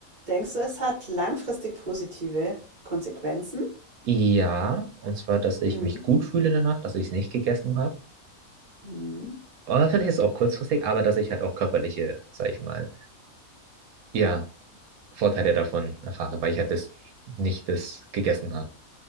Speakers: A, on the right (about 35°); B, on the right (about 85°).
A: denkst du, es hat langfristig positive Konsequenzen?
B: Ja, und zwar, dass ich
A: Hm.
B: mich gut fühle danach, dass ich es nicht gegessen habe.
A: Hm.
B: Oder vielleicht ist es auch kurzfristig, aber dass ich halt auch körperliche, sag ich mal, ja, Vorteile davon erfahre, weil ich halt das nicht das gegessen habe.